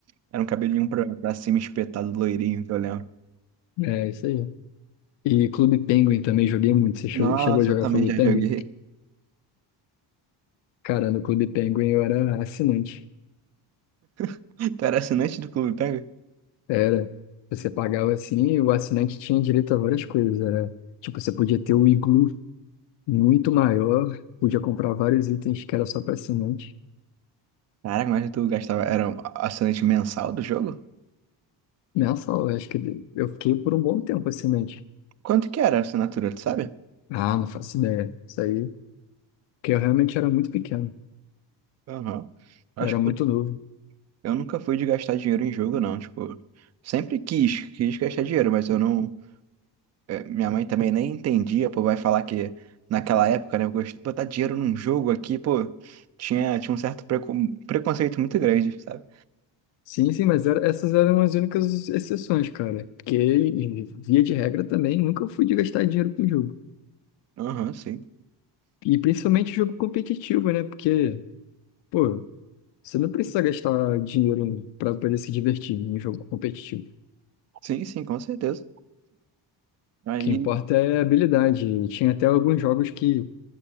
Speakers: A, on the right (about 40°); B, on the left (about 75°).
A: Era um cabelinho pra, pra cima espetado, loirinho, que eu lembro.
B: É, isso aí. E Clube Penguin também joguei muito. Você chegou
A: Nossa,
B: chegou a jogar
A: eu também
B: Clube
A: já
B: Penguin?
A: joguei.
B: Cara, no Clube Penguin eu era assinante.
A: <laughs> Tu era assinante do Clube Pega?
B: Era. Você pagava assim e o assinante tinha direito a várias coisas. Era, tipo, você podia ter o iglu muito maior, podia comprar vários itens que era só para assinante.
A: Caraca, mas tu gastava. Era um assinante mensal do jogo?
B: Nessa aula, acho que eu fiquei por um bom tempo assinante.
A: Quanto que era a assinatura, tu sabe?
B: Ah, não faço ideia. Isso aí. Porque eu realmente era muito pequeno.
A: Aham. Acho
B: Eu era
A: que
B: muito
A: eu,
B: novo.
A: eu nunca fui de gastar dinheiro em jogo, não. Tipo, sempre quis, quis gastar dinheiro, mas eu não. é, Minha mãe também nem entendia, pô, vai falar que naquela época, né, eu gostei de botar dinheiro num jogo aqui, pô, tinha, tinha um certo precon- preconceito muito grande, sabe?
B: Sim, sim, mas era- essas eram as únicas exceções, cara. Porque, e- via de regra, também nunca fui de gastar dinheiro com jogo.
A: Aham, sim.
B: E principalmente jogo competitivo, né? Porque, pô, você não precisa gastar dinheiro pra poder se divertir em um jogo competitivo. O
A: Sim, sim, com certeza. Aí,
B: que importa é a habilidade. E tinha até alguns jogos que,